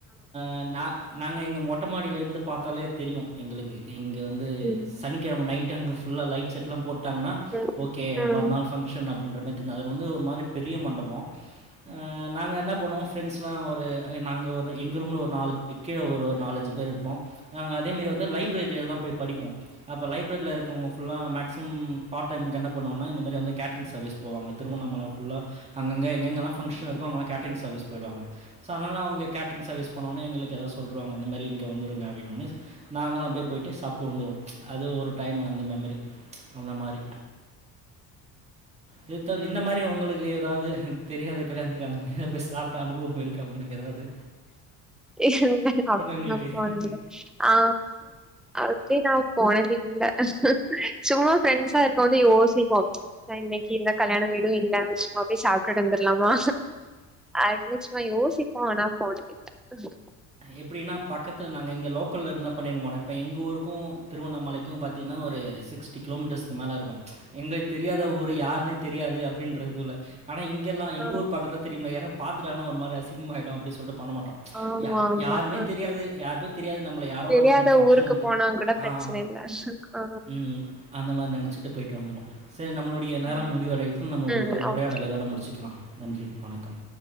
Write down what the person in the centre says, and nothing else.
ம்
அப்டி
நா
இல்ல அப்டிலா
போனதுல்ல ஆ அப்டி நா போனது இல்ல சும்மா ஃப்ரெண்ட்ஸா இருக்கும் போது யோசிப்போ தா இன்னைக்கி இந்த கல்யாண வீடும் இல்லன்னா சும்மா போய் சாப்ட்டுட்டு வந்துர்லாமா ஆக்சுவலி சும்மா யோசிப்போ ஆனா போனதில்ல
ஆ
ஆமா
ஆமா
ஆ
தெரியாத
ஊருக்கு
போனா கூட பிரச்சன
இல்ல ஆ
ம்
ம்
ஓகே